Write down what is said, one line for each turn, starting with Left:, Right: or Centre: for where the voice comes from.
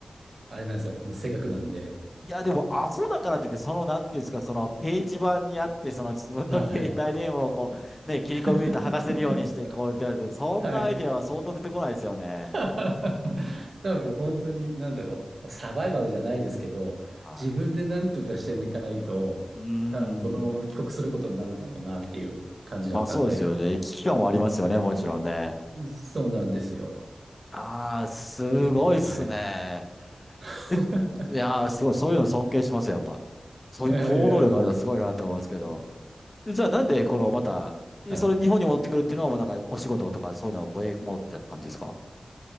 Right: あれなんですよ。もう性格なんで。
Left: いや、でも、アホだからといって、その、なんていうんですか、その、掲示板にあって、その、自分の携帯電話をこう、
Right: はい。
Left: ね、切り込み入れて剥がせるようにして、
Right: <laughs>
Left: こう、って言われて、そんなアイデアは相当出てこないですよね。
Right: はい。<laughs> 多分本当に、なんだろう、サバイバルじゃないですけど、
Left: は
Right: 自分で何とかしていかないと、
Left: い。うーん。
Right: 多分このまま帰国することになるだろうなっていう感じだったんで、
Left: まあ、そうですよね。危機感はありますよね、もちろんね。
Right: そうなんですよ。
Left: ああ、すごいっすね。
Right: なんで、はい。<laughs>
Left: <laughs> えいやー、すごい、そういうの尊敬します、やっぱ。そういう行動力あるのはすごいなと思うんですけど。
Right: いやいや、ありがとうございます。うん
Left: でじゃあ、なんで、この、また、えそれ日本に持ってくるっていうのは、
Right: はい。
Left: もうなんか、お仕事とか、そういうのを持持ってたって感じですか